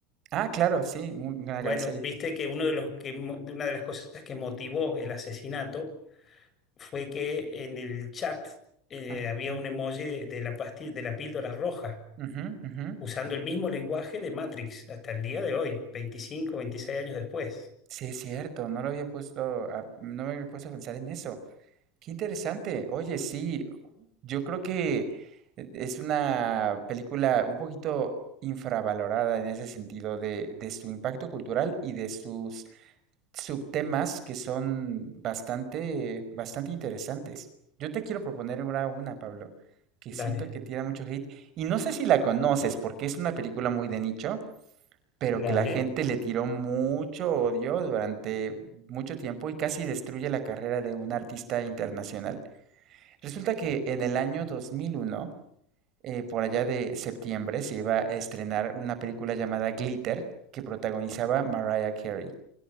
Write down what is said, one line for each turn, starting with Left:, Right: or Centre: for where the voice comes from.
Right: Ah, claro, sí, muy- una
Left: Bueno,
Right: gran serie.
Left: viste que, uno de los que mo- de una de las cosas que motivó el asesinato fue que en el chat eh,
Right: Ajá,
Left: había un emoji de, de la pastilla, de la píldora roja,
Right: ujú, ujú.
Left: usando el mismo lenguaje de Matrix hasta el día de hoy, veinticinco veintiséis años después.
Right: Sí, es cierto, no lo había puesto a- no me había puesto a pensar en eso. Qué interesante. Oye, sí, yo creo que e- es una película un poquito infravalorada en ese sentido de, de su impacto cultural y de sus subtemas que son bastante, bastante interesantes. Yo te quiero proponer ahora una, Pablo, que
Left: Dale,
Right: siento que tira mucho hate y no sé si la conoces porque es una película muy de nicho, pero
Left: dale.
Right: que la gente le tiró mucho odio durante mucho tiempo y casi destruye la carrera de un artista internacional. Resulta que en el año 2001, eh, por allá de septiembre, se iba a estrenar una película llamada Glitter que protagonizaba Mariah Carey.